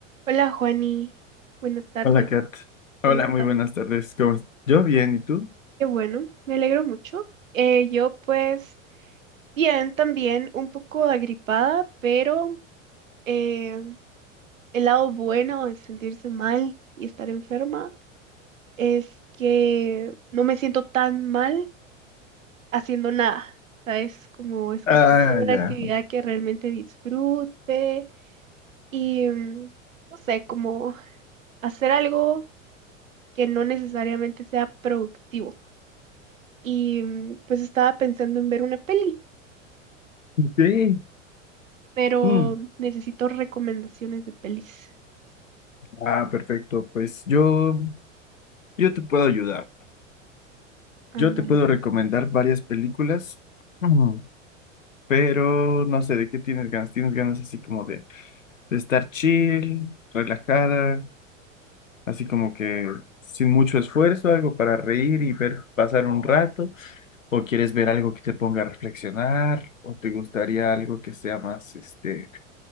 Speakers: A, on the right (about 80°); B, on the left (about 80°).
A: Hola Juani, buenas tardes,
B: Hola, Kat. Hola,
A: ¿cómo estás?
B: muy buenas tardes. ¿Cómo estás? Yo bien, ¿y tú?
A: Qué bueno, me alegro mucho. Eh, yo pues bien, también un poco agripada, pero eh, el lado bueno de sentirse mal y estar enferma es que no me siento tan mal haciendo nada, ¿sabes? Como escogiendo
B: Ah,
A: una
B: ya.
A: actividad que realmente disfrute y mm, no sé, como hacer algo que no necesariamente sea productivo. y mm, pues estaba pensando en ver una peli,
B: Sí.
A: pero
B: Mm,
A: necesito recomendaciones de pelis.
B: Ah, perfecto. Pues yo, yo te puedo ayudar.
A: Ándale.
B: Yo te puedo recomendar varias películas, ujú, pero no sé de qué tienes ganas. ¿Tienes ganas así como de, de estar chill, relajada, así como que sin mucho esfuerzo, algo para reír y ver pasar un rato? ¿O quieres ver algo que te ponga a reflexionar? ¿O te gustaría algo que sea más, este...